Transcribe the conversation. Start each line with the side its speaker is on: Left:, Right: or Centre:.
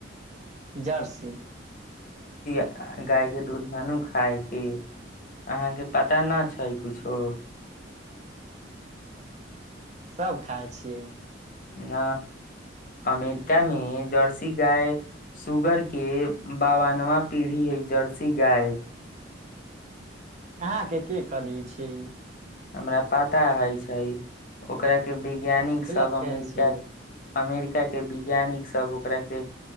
Right: जर्सी
Left: आ गाय के दूध ननू खाायके अहाँके पता न छै कछो
Right: सब खाइ छियै
Left: ह अमेरिका मे जर्सी गाय सुुगर के बावानवा पीढ़ी है जर्सी गाय
Right: अह के के कलिय छै
Left: हमरा पता हय छै ओकरा के बि वैज्ञानिकसभ
Right: गलत कहै
Left: अमेरिकाक
Right: छियै
Left: अमेरिका के वैज्ञानिक सब ओकरा के